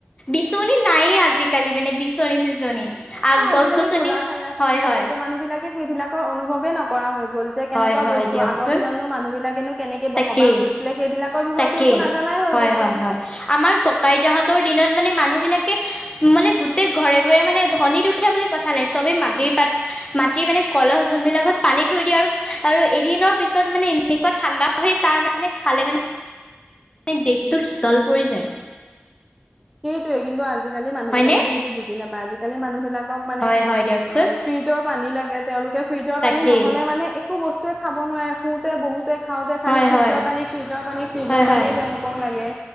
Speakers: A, on the left; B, in the centre.
A: বিচনী নায়ে আজিকালি মানে। বিচনী চিচনী, আগ
B: আ আজিকালি
A: গছ গছনিও
B: কুলাৰ থাকে, ফেন
A: হয়
B: থাকে,
A: হয়
B: তো মানুহ বিলাকে সেইবিলাকৰ অনুভৱে নকৰা হৈ গ'ল, যে, কেনেকুৱ
A: হয় হয়
B: বস্তু
A: দিয়কচোন
B: আগৰ দিনতনো মানুহ বিলাকেনো কেনেকে
A: তাকেই
B: বস বসবাস কৰিছিলে সেইবিলাকৰ বিষয়টো
A: তাকেই
B: একো নাজানাই হৈ
A: হয়
B: গৈছে।
A: হয় হয় আমাৰ ককা-আইতা হতৰ দিনত মানে মানুহ বিলাকে, মানে গোটেই ঘৰে, ঘৰে মানে ধনী দুখীয়া বুলি কথা নাই চবেই মাটিৰ পাত মাটি মানে কলহ যোনবিলাকত পানী থৈ দিয়ে আৰু আৰু এদিনৰ পিছত মানে এনেকুৱা ঠাণ্ডা, সেই তাৰ মানে খালে মানে? দেশটো শীতল পৰি যায়।
B: সেইটোৱে কিন্তু আজিকালি মানুহবিলাকেতো
A: হয়নে
B: সেইটো বুজি নাপায় আজিকালি মানুহবিলাকক মানে?
A: হয় হয় দিয়কচোন
B: ফ্ৰিজৰ পানী লাগে। তেওঁলোকে ফ্ৰিজৰ
A: তাকেই
B: পানী নহ'লে মানে একো বস্তুৱে খাব নোৱাৰে শুওঁতে বহুতে, খাওঁতে খালী
A: হয়
B: ফ্ৰিজৰ
A: হয়
B: পানী, ফ্ৰিজৰ পানী, ফ্ৰিজৰৰ
A: হয়
B: পানীয়ে
A: হয়
B: তেওঁলোকক লাগে!